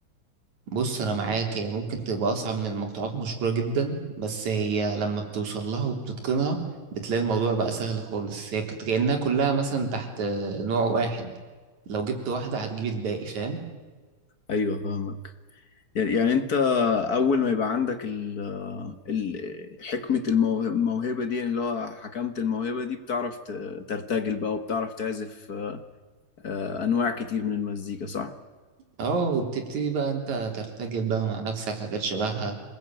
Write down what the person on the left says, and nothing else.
ايوه فاهمك يعني يعني انت اول ما يبقى عندك ال ال- حكمة الموهبة, الموهبة دي اللي هو حكمت الموهبة دي بتعرف ت- ترتجل بقى وبتعرف تعزف آه، انواع كتير من المزيكا صح